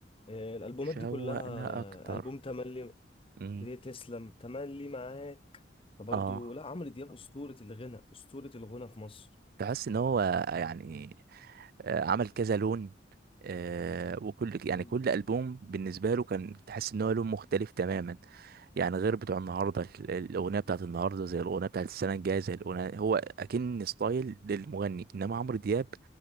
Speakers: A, on the left; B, on the right.
A: آه، الالبومات
B: شوقنا
A: دي كلها
B: اكتر
A: البوم تملي
B: امم
A: بدي تسلم تملي معاك فبرضه
B: اه
A: لا عمرو دياب أسطورة الغنى أسطورة الغنى في مصر
B: تحس ان هو يعني آه، عمل كذا لون آه، وكل يعني
A: مم.
B: كل ألبوم بالنسبة له كان تحس ان هو لون مختلف تماما يعني غير بتوع النهارده ال- الأغنية بتاعت النهارده زي الأغنية بتاعت السنة الجاية زي الأغنية هو أكن ستايل للمغني إنما عمرو دياب